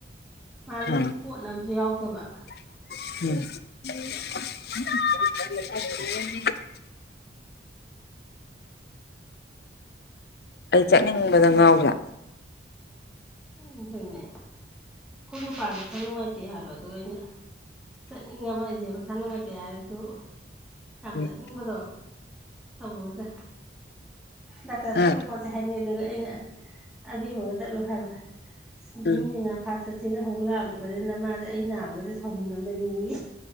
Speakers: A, in the centre; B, on the left (about 55°).
A: ꯉꯥ
B: ꯑ
A: ꯂꯨꯞ ꯀꯣꯠꯅꯕꯖꯨ ꯌꯥꯎꯗꯕ
B: <unintelligible> ꯑꯩ ꯆꯠꯅꯤꯡꯕꯗ ꯉꯥꯎꯖꯥꯠ
A: ꯎꯝ ꯗꯣꯏꯅꯦ ꯑꯩꯈꯣꯏ ꯅꯨꯄꯥꯖꯨ ꯃꯁꯥ ꯅꯨꯡꯉꯥꯏꯇꯦ ꯍꯥꯏꯕ ꯑꯗꯨꯒꯤ ꯑꯩꯅ ꯆꯠꯅꯤꯡꯉꯕ ꯑꯩꯁꯦ ꯃꯁꯥ ꯅꯨꯡꯉꯥꯏꯇꯦ ꯍꯥꯏꯔꯁꯨ ꯌꯥꯝ
B: ꯎꯝ
A: ꯆꯠꯅꯤꯡꯕꯗꯣ ꯊꯝꯃꯣꯖꯦ ꯗꯥꯛꯇꯔ ꯆꯧꯖꯤ
B: ꯑ
A: ꯈꯣꯠ ꯍꯥꯏꯅꯤ ꯑꯗꯨꯗ ꯑꯩꯅ ꯑꯕꯦꯝꯃꯒ ꯆꯠꯂꯣ ꯍꯥꯏꯕ
B: ꯎꯝ
A: ꯃꯤꯅ ꯉꯥ ꯐꯥ ꯆꯠꯁꯦꯅ ꯍꯧ ꯂꯥꯛꯑꯕꯅꯤꯅ ꯅꯃꯥꯖꯦ ꯑꯩ ꯅꯥꯕꯒꯖꯦ ꯁꯥꯎꯅꯤꯡꯉꯝꯃꯅꯤꯌꯦ